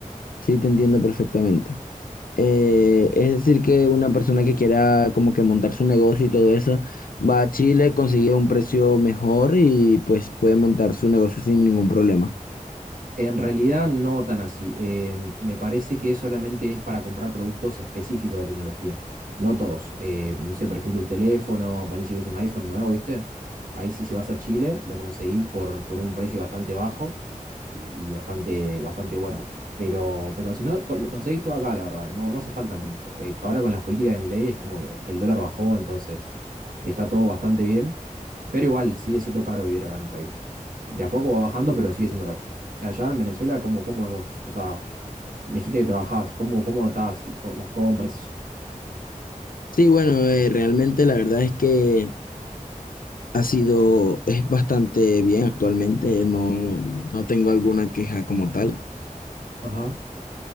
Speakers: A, on the left; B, on the right.
A: Sí, te entiendo perfectamente. Eh, es decir, que una persona que quiera como que montar su negocio y todo eso, va a Chile, consigue un precio mejor y pues puede montar su negocio sin ningún problema.
B: En realidad no tan así. Eh, me parece que solamente es para comprar productos específicos de tecnología, no todos. Eh, no sé, por ejemplo, un teléfono, vale si es un iPhone nuevo, ¿viste? Ahí sí, si vas a Chile, lo conseguís por, por un precio bastante bajo y, y bastante, bastante bueno. Pero, pero si no, co- lo conseguís todo acá, la verdad, no, no hace falta mucho. Eh, ahora con las políticas de Milei es como que el dólar bajó, entonces está todo bastante bien. Pero igual sigue siendo caro vivir acá en el país, ¿viste? De a poco va bajando, pero sigue siendo caro allá en Venezuela, ¿cómo, cómo es vos? O sea, me dijiste que trabajás, ¿cómo, cómo notás co- las compras y eso?
A: Sí, bueno, eh, realmente la verdad es que ha sido, es bastante bien actualmente, no, no tengo alguna queja como tal.
B: Ajá,